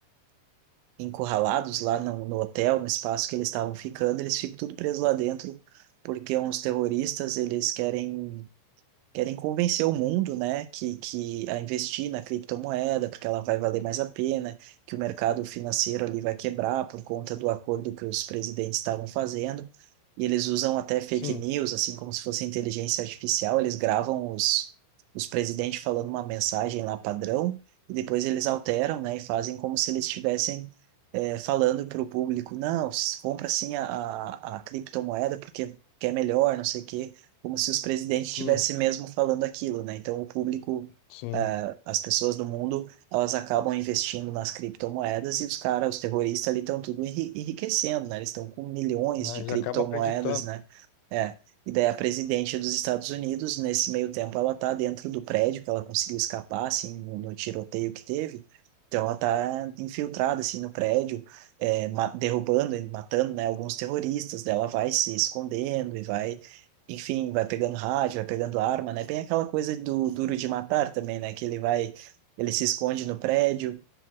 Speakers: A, on the right; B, on the left.
A: encurralados lá no, no hotel, no espaço que eles estavam ficando, eles ficam tudo presos lá dentro, porque uns terroristas, eles querem querem convencer o mundo, né, que, que a investir na criptomoeda, porque ela vai valer mais a pena, que o mercado financeiro ali vai quebrar por conta do acordo que os presidentes estavam fazendo. E eles usam até fake
B: sim,
A: news, assim como se fosse inteligência artificial, eles gravam os, os presidentes falando uma mensagem lá padrão, e depois eles alteram, né, e fazem como se eles estivessem eh, falando para o público, não, compra sim a, a, a criptomoeda porque que é melhor, não sei o quê como se os presidentes
B: sim,
A: estivessem mesmo falando aquilo, né? Então, o público,
B: sim.
A: ah, as pessoas do mundo, elas acabam investindo nas criptomoedas e os caras, os terroristas ali estão tudo enri- enriquecendo, né? Eles estão com milhões
B: Ah,
A: de
B: eles
A: criptomoedas,
B: acabam acreditando.
A: né? É. E daí a presidente dos Estados Unidos, nesse meio tempo, ela tá dentro do prédio, que ela conseguiu escapar, assim, no, no tiroteio que teve. Então, ela tá infiltrada, assim, no prédio, é, ma- derrubando, e matando, né, alguns terroristas. Daí ela vai se escondendo e vai enfim, vai pegando rádio, vai pegando arma, né? Bem aquela coisa do Duro de Matar também, né? Que ele vai, ele se esconde no prédio,